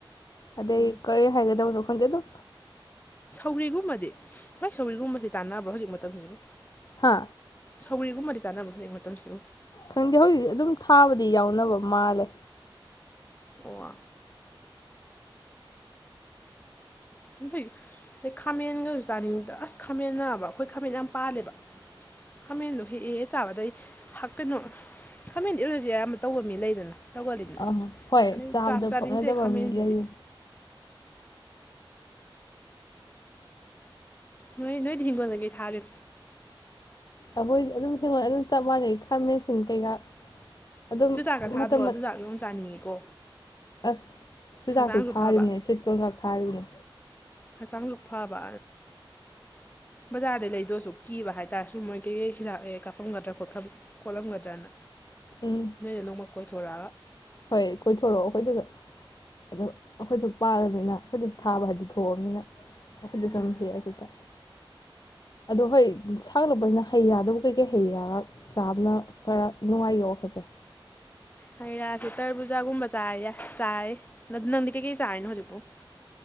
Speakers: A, on the left (about 50°); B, on the left (about 20°).
A: ꯑꯗꯩ
B: ꯎꯝ
A: ꯀꯔꯤ ꯍꯥꯏꯒꯗꯕꯅꯣ ꯍꯗ ꯑꯗꯨꯣ
B: ꯁꯧꯔꯤꯒꯨꯝꯕꯗꯤ ꯍꯣꯏ ꯁꯧꯔꯤꯒꯨꯝꯕꯕꯁꯤ ꯆꯥꯟꯅꯕ꯭ꯔꯣ ꯍꯧꯖꯤꯛ ꯃꯇꯝꯁꯤꯕꯨ
A: ꯍꯥ
B: ꯁꯒꯔꯤꯕꯨ ꯃꯗꯤ ꯆꯥꯅꯕ ꯍꯧ ꯃꯇꯝꯁꯨ
A: ꯈꯪꯗꯦ ꯍꯧꯖꯤꯛꯤ ꯑꯗꯨꯝ ꯊꯥꯕꯗꯤ ꯌꯥꯎꯅꯕ ꯃꯥꯜꯂꯦ
B: ꯑꯣ ꯑꯗꯩ ꯈꯥꯃꯦꯟꯒꯁꯨ ꯆꯥꯅꯤꯡꯉꯗ ꯑꯁ ꯈꯥꯃꯦꯟꯕ ꯑꯩꯈꯣꯏ ꯈꯥꯃꯦꯟ ꯌꯥꯝ ꯄꯥꯜꯂꯦꯕ ꯈꯥꯃꯦꯟꯗꯣ ꯍꯦꯛꯑꯦꯦ ꯆꯥꯕꯗꯩ ꯀꯩꯅꯣ ꯈꯥꯃꯦꯟꯗ ꯏꯂꯨꯁꯦ ꯑꯌꯥꯝꯕ ꯇꯧꯕ ꯃꯤ ꯂꯩꯗꯅ ꯇꯧꯒꯜꯂꯤꯗꯅ
A: ꯑ ꯍꯣꯏ
B: ꯑꯗꯩ
A: ꯆꯥꯕꯗ
B: ꯆꯥꯁꯨ ꯆꯥꯅꯤꯡꯗꯦ
A: ꯄꯛꯅꯗꯕ
B: ꯈꯥꯃꯦꯟꯁꯤꯗꯤ
A: ꯃꯤ ꯂꯩꯔ
B: ꯅꯣꯏ ꯅꯣꯏ ꯊꯒꯣꯅꯒꯩ ꯊꯥꯔꯦ
A: ꯑꯩꯈꯣꯏꯗꯤ ꯑꯗꯨꯝ ꯍꯦꯡꯒꯣꯏ ꯑꯗꯨꯝ ꯆꯞ ꯃꯥꯟꯅꯩ ꯈꯥꯃꯦꯟꯁꯤꯟ ꯀꯩꯀꯥ ꯑꯗꯨꯝ
B: ꯆꯨꯖꯥꯛꯀ ꯊꯥꯗ꯭ꯔꯣ
A: ꯃꯇꯝ
B: ꯆꯨꯖꯥꯛ ꯌꯣꯝ ꯆꯥꯅꯤꯡꯉꯤꯀꯣ
A: ꯑꯁ ꯆꯨꯖꯥꯛꯁꯨ
B: ꯍꯛꯆꯥꯡꯁꯨ
A: ꯊꯥꯔꯤꯕꯅꯤ
B: ꯐꯕ
A: ꯁ꯭ꯨꯋꯤꯠ ꯀꯣꯜ ꯈꯛ ꯊꯥꯔꯤꯕꯅꯤ
B: ꯍꯛꯆꯥꯡꯁꯨ ꯐꯕ ꯕꯖꯥꯔꯗꯩ ꯂꯩꯗꯁꯨ ꯀꯤꯕ ꯍꯥꯏꯇꯥꯔꯁꯨ ꯃꯣꯏ ꯀꯩꯀꯩ ꯍꯤꯗꯥꯛꯑ ꯀꯥꯞꯄꯝꯒꯗ꯭ꯔꯥ ꯈꯣꯠ ꯈꯣꯠꯂꯝꯒꯗ꯭ꯔꯅ
A: ꯎꯝ
B: ꯅꯣꯏꯅ ꯅꯣꯡꯃ ꯀꯣꯏ ꯊꯣꯣꯔꯥ
A: ꯍꯣꯏ ꯀꯣꯏꯊꯣꯔꯛꯑꯣ ꯑꯩꯈꯣꯏꯗꯁꯨ ꯑꯗꯨ ꯑꯩꯈꯣꯏꯁꯨ ꯄꯥꯜꯂꯅꯤꯅ ꯑꯩꯈꯣꯏꯗꯁꯨ ꯊꯥꯕ ꯍꯥꯏꯗ ꯊꯣꯛꯑꯕꯅꯤꯅ ꯑꯩꯈꯣꯏꯁ
B: ꯎꯝ
A: ꯍꯁꯨ ꯑꯗꯣ ꯍꯣꯏ ꯁꯥꯡꯂꯛꯄꯁꯤꯅ ꯍꯩꯔꯥꯗꯕꯨ ꯀꯩꯀꯩ ꯍꯩꯔꯥꯒ ꯆꯥꯕꯅ ꯈꯔ ꯅꯨꯡꯉꯥꯏꯒꯦ ꯋꯥꯈꯠꯁꯦ
B: ꯍꯩ ꯔꯥꯁꯤꯦ ꯇꯔ ꯄꯨꯕꯨꯖꯥꯒꯨꯝꯕ ꯆꯥ ꯆꯥꯏꯔ ꯅꯪꯗꯤ ꯀꯩꯀꯩ ꯆꯥꯔꯤꯅꯣ ꯍꯧꯖꯤꯛꯄꯥꯎ